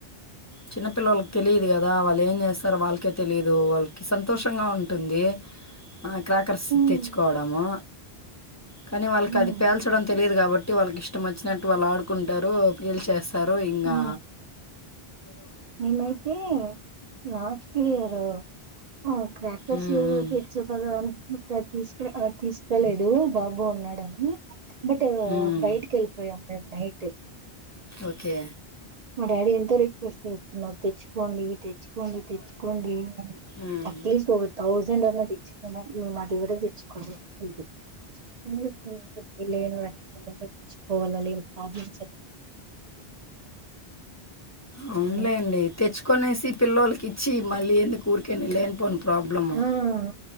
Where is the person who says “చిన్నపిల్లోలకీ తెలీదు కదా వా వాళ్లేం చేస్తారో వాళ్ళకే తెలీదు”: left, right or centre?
Left